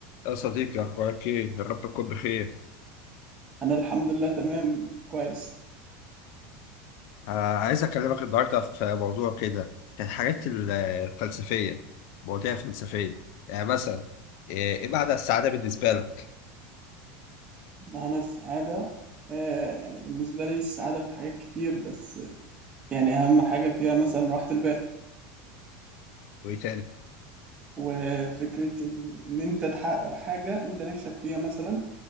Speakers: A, on the left; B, on the right.
A: يا صديقي أخبارك إيه؟ يا رب تكون بخير.
B: أنا الحمد لله تمام كويس
A: آه، عايز أكلمك النهاردة في موضوع كده، كان الحاجات ال- الفلسفية، مواضيع فلسفية، يعني مثلا إيه إيه معنى السعادة بالنسبة لك؟
B: معنى السعادة آه يعني بالنسبة لي السعادة في حاجات كتير بس يعني أهم حاجة فيها مثلا راحة البال
A: وإيه تاني؟
B: وفكرة إن أنت تحقق حاجة أنت نفسك فيها مثلا